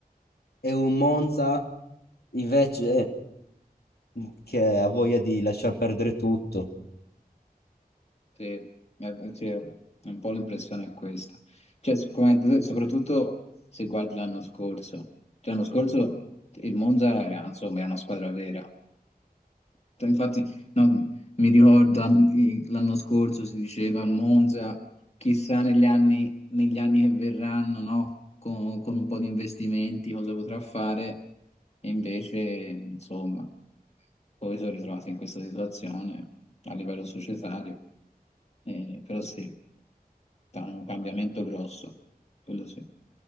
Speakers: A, on the left (about 80°); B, on the left (about 40°).
A: e un Monza invece eh, che ha voglia di lasciar perdere tutto.
B: Sì, eh, eh, sì, è un po' l'impressione è questa. Cioè, come hai detto te, soprattutto se guardi l'anno scorso. Cioè, l'anno scorso il Monza era, insomma, era una squadra vera. Cioè, Infatti, no, mi ricordo an- i- l'anno scorso si diceva al Monza, chissà negli anni, negli anni che verranno, no? Con, con un po' di investimenti cosa potrà fare, e invece, insomma, poi sono ritrovato in questa situazione a livello societario, Eh, però sì, da un cambiamento grosso, quello sì.